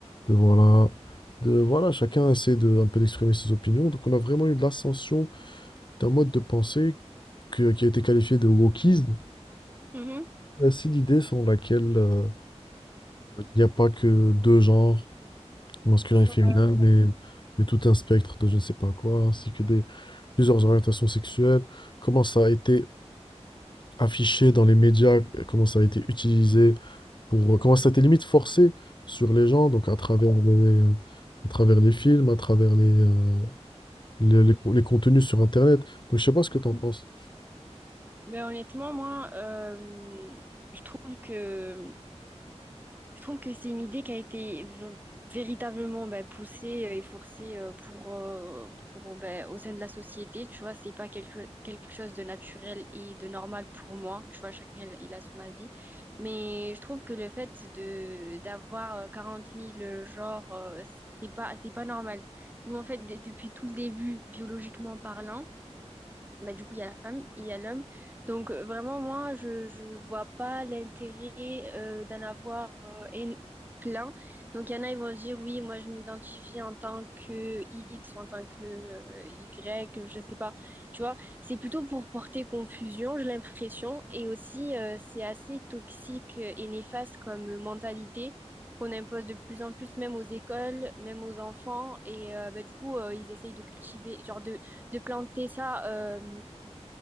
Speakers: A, on the left; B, on the right.
A: de voilà, de voilà, chacun essaie de, un peu d'exprimer ses opinions. Donc on a vraiment eu l'ascension d'un mode de pensée que- qui a été qualifié de wokisme.
B: Mhm.
A: Euh, C'est l'idée selon laquelle euh, il n'y a pas que deux genres, masculin et
B: Ouais.
A: féminin, mais, mais tout un spectre de je ne sais pas quoi, ainsi que des, plusieurs orientations sexuelles. Comment ça a été affiché dans les médias, euh, comment ça a été utilisé pour, euh, comment ça a été limite forcé sur les gens, donc à travers les, euh, à travers les films, à travers les, euh, les, les co- les contenus sur Internet. Donc je sais pas ce que
B: Mhm.
A: t'en penses.
B: Mais honnêtement, moi, euh, je trouve que je trouve que c'est une idée qui a été v- véritablement ben, poussée et forcée euh, pour, euh, pour ben, au sein de la société. Tu vois, c'est pas quelque, quelque chose de naturel et de normal pour moi. Tu vois, chacun il a son avis. Mais je trouve que le fait de d'avoir euh, 40 000 genres, euh, c'est pas c'est pas normal. Nous, en fait, d- depuis tout le début, biologiquement parlant. bah, du coup, il y a la femme et il y a l'homme. Donc, euh, vraiment, moi, je je vois pas l'intérêt euh, d'en avoir euh, un- plein. Donc, il y en a, ils vont se dire, oui, moi, je m'identifie en tant que X ou en tant que euh, Y, je sais pas. Tu vois, c'est plutôt pour porter confusion, j'ai l'impression. Et aussi, euh, c'est assez toxique et néfaste comme mentalité. qu'on impose de plus en plus, même aux écoles, même aux enfants. Et euh, bah, du coup, euh, ils essayent de cultiver, genre de de planter ça, euh,